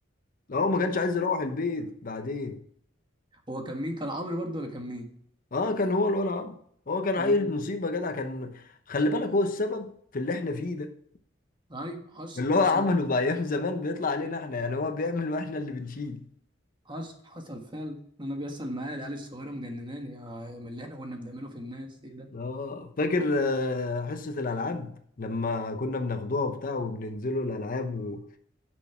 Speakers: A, on the left; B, on the right.
A: لا هو ما كانش عايز يروح البيت بعدين
B: هو كان مين كان عمرو برضه ولا كان مين؟
A: اه كان هو الولع عم هو كان عيل
B: امم
A: مصيبه جدع كان خلي بالك هو السبب في اللي احنا فيه ده
B: ايوه حصل
A: اللي
B: حصل
A: هو عمله في ايام زمان بيطلع علينا احنا يعني هو بيعمل واحنا اللي بنشيل
B: حصل حصل فعلا انا بيحصل معايا العيال الصغيره مجنناني يا من اللي احنا كنا بنعمله في الناس ايه ده؟
A: اه فاكر آه، حصه الالعاب لما كنا بناخدوها وبتاع وبننزلوا الالعاب و...